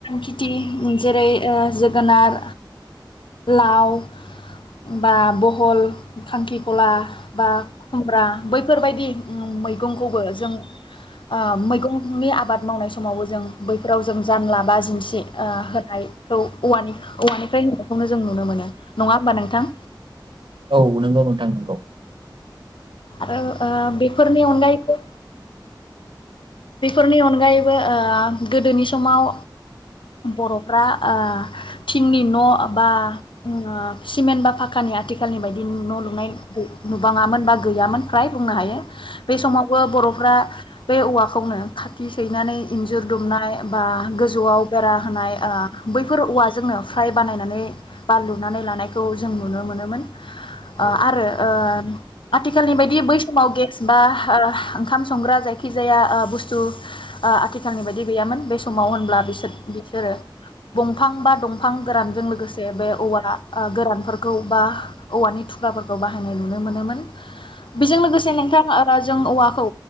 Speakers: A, on the left; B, on the right.
A: खेथि जेरै ओ जोगोनार, लाव बा बहल खांखिखला बा खुमब्रा बैफोरबायदि मैगंखौबो जों ओ मैगंनि आबाद मावनाय समावबो जों बैफोराव जों जानला बा जिन्सि होनायखौ औवानि औवानिफ्राय होनायखौनो जों नुनो मोनो नङा होमबा नोंथां?
B: औ नोंगौ नोंथां नोंगौ।
A: आरो ओ बेफोरनि अनगायैबो बेफोरनि अनगायैबो ओ गोदोनि समाव बर'फ्रा ओ थिंनि न' बा उम सिमेन्ट बा फाखानि आथिखालनि बायदि न' लुनाय नुबाङामोन बा गैयामोन फ्राय बुंनो हायो बे समावबो बरफ्रा बे औवा खौनो खाथि सैनानै इन्जुर दुमनाय, बा गोजौआव बेरा होनाय, ओ बैफोर औवाजोंनो फ्राइ बानायनानै बा लुनानै लानायखौ जों नुनो मोनोमोन। ओ आरो ओ आथिखालनि बायदि बै समाव गेस बा ओंखाम संग्रा जायखिजाया ओ बुस्थु ओ आथिखालनि बायदि गैयामोन बे समाव होनब्ला बिसोर बिसोरो दंफां बा दंफां गोरानजों लोगोसे बे औवा गोरानफोरखौ बा औवानि थुग्राफोरखौ बाहायनाय नुनो मोनोमोन‌। बेजों लोगोसे नोंथाङा जों औवाखौ